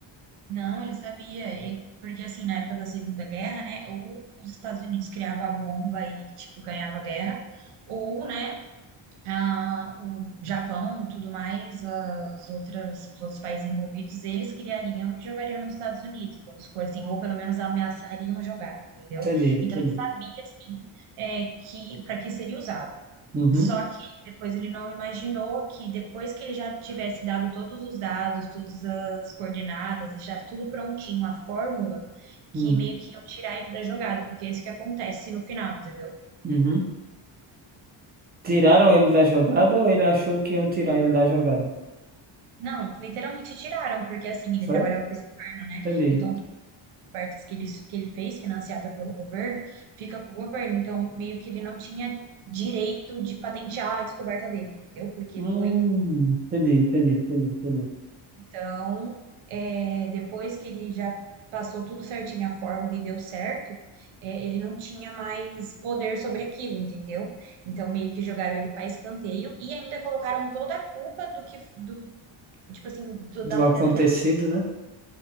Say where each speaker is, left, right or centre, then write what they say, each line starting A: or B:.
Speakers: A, on the right (about 80°); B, on the right (about 20°).
A: Não, ele sabia, e- porque assim, na época da Segunda Guerra, né, ou os Estados Unidos criavam a bomba e, tipo, ganhava a guerra, ou, né, a- o Japão, tudo mais, as outras, os outros países envolvidos, eles criariam e jogariam nos Estados Unidos, vamos supor assim, ou pelo menos ameaçariam jogar, entendeu?
B: Entendi,
A: Então
B: entendi.
A: ele sabia, assim, é, que, para que seria usado.
B: Uhum,
A: Só que depois ele não imaginou que depois que ele já tivesse dado todos os dados, todas as coordenadas, e já tudo prontinho, a fórmula, que
B: uhum,
A: meio que iam tirar ele da jogada, porque é isso que acontece no final, entendeu?
B: uhum. Tiraram ele da jogada ou ele achou que iam tirar ele da jogada?
A: Não, literalmente tiraram, porque assim, ele
B: Foi?
A: trabalhava para o governo, né?
B: Entendi.
A: Então, todas as cobertas que ele, que ele fez, financiada pelo governo, fica com o governo. Então, meio que ele não tinha direito de patentear a descoberta dele, entendeu? Porque
B: Hum,
A: foi
B: entendi, entendi, entendi, entendi.
A: Então, é, depois que ele já passou tudo certinho, a fórmula e deu certo, é, ele não tinha mais poder sobre aquilo, entendeu? Então, meio que jogaram ele para escanteio e ainda colocaram toda a culpa do que, do, tipo assim, do-
B: Do
A: da finalidade
B: acontecido, né?